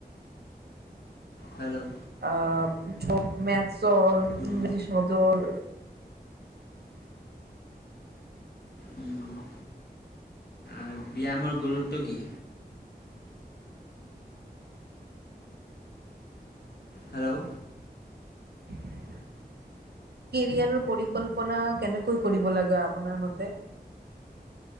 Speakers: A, on the left (about 75°); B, on the right (about 75°).
A: হেল্ল'
B: আহ মেথছৰ
A: হুম,
B: ইংৰাজী সদৰ,
A: উম হু আৰু ব্যায়ামৰ গুৰুত্ব কি? হেল্ল'
B: <inaudible> কেৰিয়াৰৰ পৰিকল্পনা কেনেকৈ কৰিব লাগে আপোনাৰ মতে।